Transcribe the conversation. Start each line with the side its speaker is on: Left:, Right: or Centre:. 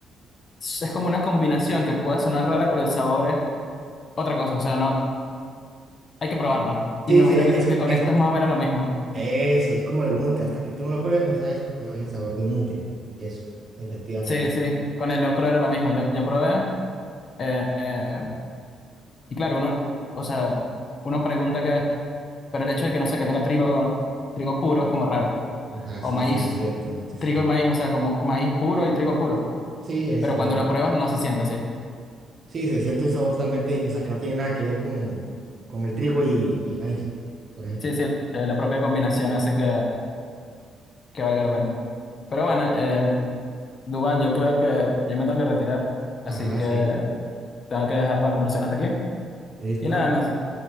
Left: es como una combinación que puede sonar rara, pero el sabor es otra cosa, o sea, no, hay que probarlo. Y
Right: Sí,
Left: me imagino
Right: sí, es,
Left: que, que con
Right: es
Left: esto es más o menos lo mismo.
Right: eso, es como el mute. Hasta que tú no lo pruebes, no sabes cuál es el sabor de un mute. Eso, efectivamente.
Left: Sí, sí, con el locro era lo mismo. Yo, yo probé. Eh, eh, y claro, uno, o sea, uno pregunta que, pero el hecho de que no sé, que tenga trigo, trigo puro es como raro.
Right: Ajá,
Left: O
Right: sí,
Left: maíz,
Right: sí, es cierto. Sí.
Left: trigo y maíz, o sea, como maíz puro y trigo puro.
Right: Sí, es,
Left: Pero
Right: eh,
Left: cuando lo pruebas no se siente así.
Right: sí, se siente un sabor totalmente, dif- o sea, que no tiene nada que ver con, con el trigo y, y el maíz, por ejemplo.
Left: Sí, sí, eh, la propia combinación hace que, que valga la pena. Pero bueno, eh, Dubán, yo creo que yo me tengo que retirar, así
Right: Ajá,
Left: que
Right: sí.
Left: tengo que dejar la conversación hasta aquí.
Right: Listo.
Left: Y nada, no,